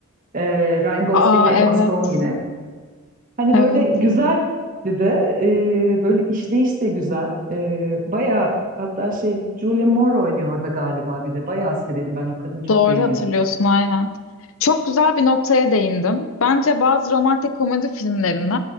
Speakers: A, on the right (about 35°); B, on the left (about 65°).
A: Ee, Ryan Gosling'le
B: Aa
A: Emma
B: evet
A: Stone yine. Hani
B: evet,
A: böyle güzel bir de e, böyle işleyiş de güzel. E, bayağı hatta şey Julia Moore oynuyor orada galiba bir de. Bayağı severim ben o kadını çok
B: Doğru
A: beğenirim.
B: hatırlıyorsun aynen. Çok güzel bir noktaya değindim. Bence bazı romantik komedi filmlerini